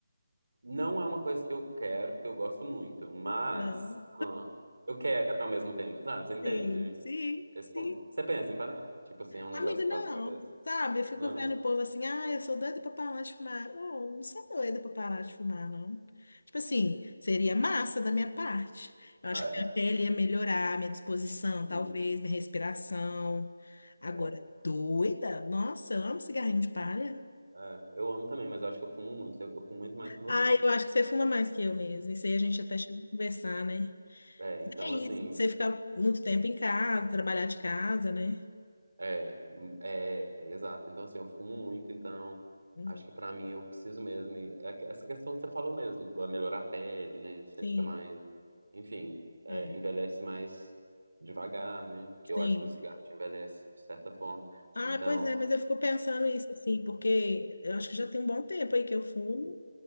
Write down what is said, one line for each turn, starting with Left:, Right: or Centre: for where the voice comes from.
Right: Não é uma coisa que eu quero, porque eu gosto muito, mas
Left: Não.
Right: hum, eu quero ao mesmo tempo, sabe? Você entende?
Left: Sim, sim,
Right: Esse
Left: sim.
Right: ponto. Você pensa em parar? Tipo assim, é um negócio
Left: Amigo,
Right: que
Left: não,
Right: passa a cabeça?
Left: sabe? Eu fico
Right: Não.
Left: vendo o povo assim, ah, eu sou doida pra parar de fumar. Oh, não sou doida pra parar de fumar, não. Tipo assim, seria massa da minha parte. Eu
Right: Ah,
Left: acho
Right: É.
Left: que minha pele ia melhorar, minha disposição,
Right: Uhum.
Left: talvez, minha respiração. Agora,
Right: É.
Left: doida? Nossa, eu amo cigarrinho de palha.
Right: É, eu amo também, mas eu acho que eu fumo muito. Eu, eu fumo muito mais que você.
Left: Ah, eu acho que você fuma mais que eu mesmo. Isso aí a gente até chegou a conversar, né?
Right: É, é, então
Left: É isso,
Right: assim,
Left: você ficar muito tempo em casa, trabalhar de casa, né?
Right: é, hum, é, é, exato. Então assim, eu fumo muito, então
Left: Hum,
Right: acho que pra mim eu preciso mesmo. E é que- essa questão que você falou mesmo, vai melhorar a pele, né? Você
Left: Sim,
Right: fica mais, enfim, é,
Left: é,
Right: envelhece mais devagar, né? Porque eu
Left: sim.
Right: acho que o cigarro te envelhece de certa forma.
Left: Ah,
Right: Então,
Left: pois é, mas eu fico pensando isso assim, porque eu acho que já tem um bom tempo aí que eu fumo,